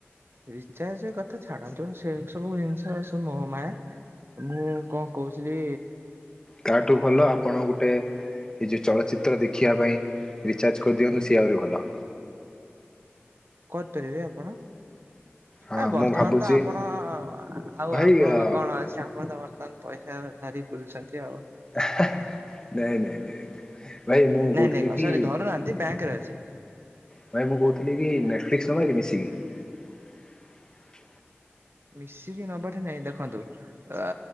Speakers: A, on the right (about 60°); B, on the left (about 15°).
A: ରିଚାର୍ଜ କଥା ଛାଡନ୍ତୁ ସେ ସବୁ ଜିନିଷ ସବୁ ମୋହ ମାୟା ମୁଁ କଣ କହୁଥିଲି।
B: ତାହାଠୁ ଭଲ ଆପଣ ଗୋଟେ। ଏ ଯୋଉ ଚଳଚିତ୍ର ଦେଖିବା ପାଇଁ ରିଚାର୍ଜ କରିଦିଅନ୍ତୁ ସେ ଆହୁରି ଭଲ।
A: କରିପାରିବେ ଆପଣ।
B: ହଁ
A: ଆ ବର୍ତ୍ତମାନ
B: ମୁଁ ଭାବୁଛି
A: ତ ଆପଣ ଆଉ
B: ଭାଇ
A: ଆପଣ
B: ଅ
A: ଙ୍କ କଣ ଅଛି ଆପଣ ତ ବର୍ତ୍ତମାନ ପଇସା ଧାରି ବୁଲଛନ୍ତି ଆଉ।
B: ଏ ହେ ନାଇଁ ନାଇଁ ନାଇଁ ନାଇଁ ଭାଇ ମୁଁ
A: ନାଇଁ
B: କହୁଥିଲି
A: ନାଇଁ
B: କି।
A: ସରି ଧରୁନାହାନ୍ତି ବ୍ୟାଙ୍କରେ ଅଛି
B: ଭାଇ ମୁଁ କହୁଥିଲି କି ନେଟଫ୍ଲିକ୍ସ ନବା କି ମିଶିକି।
A: ମିଶିକି ନବାଠି‍ ନାଇଁ ଦେଖନ୍ତୁ ଆ